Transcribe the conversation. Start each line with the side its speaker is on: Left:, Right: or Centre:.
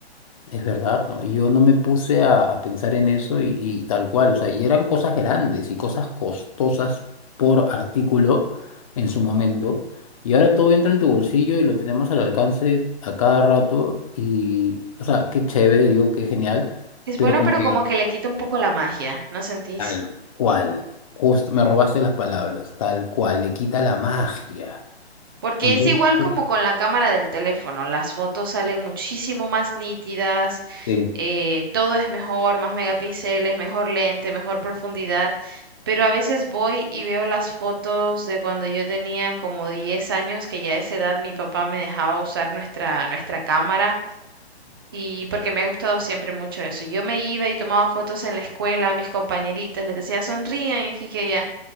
Left: es verdad, ¿no? Y yo no me puse a, a pensar en eso y, y tal cual, o sea, y eran cosas grandes y cosas costosas por artículo en su momento. Y ahora todo entra en tu bolsillo y lo tenemos al alcance a cada rato y, o sea, qué chévere, digo, qué genial,
Right: Es
Left: pero
Right: bueno,
Left: como
Right: pero
Left: que
Right: como que le quita un poco la magia, ¿no sentís?
Left: Tal cual. Justo me robaste las palabras. Tal cual. Le quita la magia.
Right: Porque
Left: Y
Right: es
Left: yo
Right: igual
Left: creo
Right: como con la cámara del teléfono, las fotos salen muchísimo más nítidas,
Left: que
Right: eh, todo es mejor, más megapíxeles, mejor lente, mejor profundidad, pero a veces voy y veo las fotos de cuando yo tenía como 10 años, que ya a esa edad mi papá me dejaba usar nuestra, nuestra cámara. Y porque me ha gustado siempre mucho eso. Yo me iba y tomaba fotos en la escuela a mis compañeritos, les decía sonrían aquí que allá.